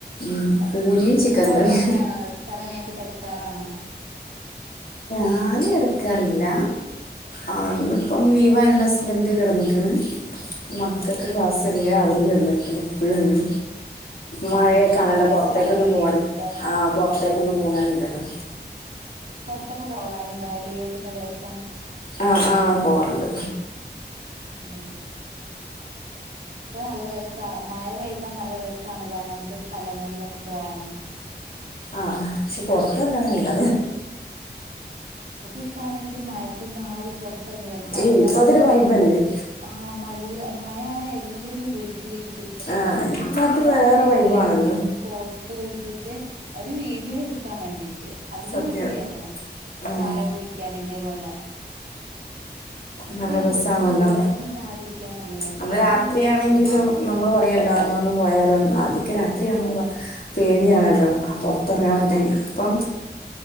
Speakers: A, on the left; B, on the right.
A: ഉ
B: അതെ
A: പൂരിയും ചിക്കൻ
B: ഞങ്ങളവിടെ
A: കറി
B: അങ്ങനെയാണോ നിസ്കാരം കഴിഞ്ഞട്ട് കിടക്കാറാണോ
A: ഞാന് എടുക്കാറില്ല ആഇന്ന് ഇപ്പം ലീവാ അപ്പോൾ ആ ഹസ്ബൻഡ് കിടന്നൽക്കണ മക്കൾക്ക്
B: അതെ
A: ക്ലാസ്സില്ലേ അവർ കിടന്ന്കുണു പിന്നെ മഴയൊക്കൊണല്ലോ
B: ആകെ ഞായറാഴ്ച
A: പുറത്തേക്കൊന്ന്
B: ആണല്ലോ
A: പോവാൻ
B: ലീവ് കിട്ടാ
A: ആ പുറത്ത് ത്തായിക്കൊന്നും പോകാനില്ലല്ലോ
B: പുറത്ത്ഒക്കെ പോകാറുണ്ടോ ലീവ് കിട്ടുന്ന ദിവസം
A: ആഹ ആഹ പോവാറുണ്ട്
B: ആഹ ഇപ്പൊ നല്ല രസ മഴ പെയ്താൻ നല്ല രസമാണല്ലോ അങ്ങനത്തെ സ്ഥലങ്ങളിലൊക്കെ പോവാനും <inaudible>
A: ആഹ് പക്ഷെ പുറത്തർക്കഴിയില്ല
B: ഇക്ക്ണെങ്കിൽ മയത്തൊന്നും ആരും പുറത്തിറങ്ങ പണ്ടുള്ള
A: ഏയ് ഇപ്പൊ
B: കാലത്തൊക്കആമല്ല
A: അതൊരു വൈബല്ലേ
B: മഴയായ എല്ലരും വീട്ടിലിരിക്കും
A: ആ
B: ഇപ്പം
A: ഇപ്പൊ
B: മഴയായ
A: അത് വേറെ
B: എല്ലരും
A: വൈബാണല്ലോ
B: കോട്ട് ഇട്ടിട്ട് ഒരു വീഡിയോ എടു നിക്കാൻ വേണ്ടീട്ട് അതിന്
A: സത്യം
B: വേണ്ടിയിരുന്നുു
A: ആഹ്
B: ചായ കുടിക്കാൻ ഇതേപോലെ ഇപ്പൊ
A: നല്ല രസമാണല്ലോ
B: എല്ലാർക്കും വീട്ടിന്ന് ചായ കുടിക്കാന്നല്ലല്ലോ
A: നമ്മള്
B: പൊറത്ത്
A: രാത്രിയാണെങ്കിലു
B: പോയിട്ട് ചായ കുടിക്കാ
A: നമ്മള് പറയല്ലോ ഒന്നൊന്ന് പോയാലോന്ന് ആ ദിക് രാത്രി
B: ആഹ്
A: ആകുമ്പോനമ്മ
B: അതെ
A: പേടിയാണല്ലോ ആ പൊറത്തിറങ്ങാൻ
B: ആഹ്
A: പറ്റ തൊഇപ്പം